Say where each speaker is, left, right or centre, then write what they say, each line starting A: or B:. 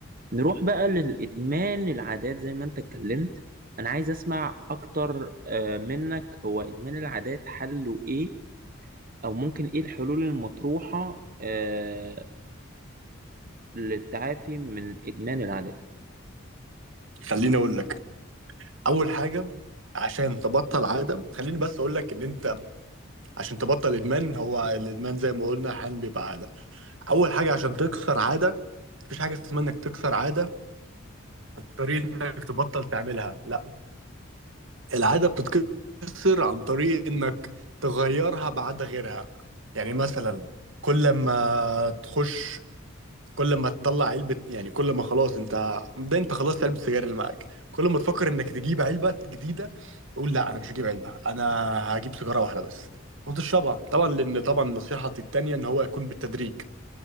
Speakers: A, on the right; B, on the right.
A: نروح بقى للإدمان العادات زي ما انت اتكلمت انا عايز اسمع اكتر آه منك هو إدمان العادات حله ايه او ممكن ايه الحلول المطروحة آه للتعافي من ادمان العادات
B: خليني اقول لك اول حاجه عشان تبطل عاده خليني بس اقول لك ان انت عشان تبطل ادمان هو الادمان زي ما قلنا احيانا بيبقى عاده اول حاجه عشان تكسر عاده مفيش حاجه اسمها انك تكسر عاده طريقة انك تبطل تعملها لا العادة بتتكسر عن طريق انك تغيرها بعادة غيرها يعني مثلا كل ما تخش كل ما تطلع علبة يعني كل ما خلاص انت ده انت خلاص علبة السجاير اللي معاك كل ما تفكر انك تجيب علبة جديدة قول لا انا مش هجيب علبة انا هجيب سيجارة واحدة بس وتشربها طبعا لان طبعا نصيحتي التانية ان هو يكون بالتدريج